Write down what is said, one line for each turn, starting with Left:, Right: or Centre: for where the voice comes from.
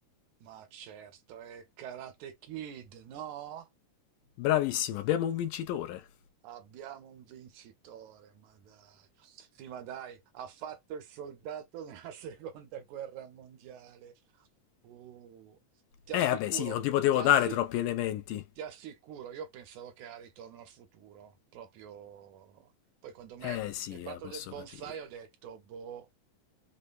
Right: Ma certo, è Karate Kid, no?
Left: Bravissimo, abbiamo un vincitore.
Right: Abbiamo un vincitore, ma dai. Sì, ma dai, ha fatto il soldato nella <laughs> seconda guerra mondiale. Uh, ti
Left: Eh,
Right: assicuro,
Left: vabbè, sì, non ti potevo
Right: ti assic-
Left: dare troppi elementi.
Right: ti assicuro, io pensavo che era Ritorno al futuro, proprio... Poi quando me-
Left: Eh, sì,
Right: mi hai parlato
Left: la posso
Right: del bonsai
Left: capire.
Right: ho detto, boh,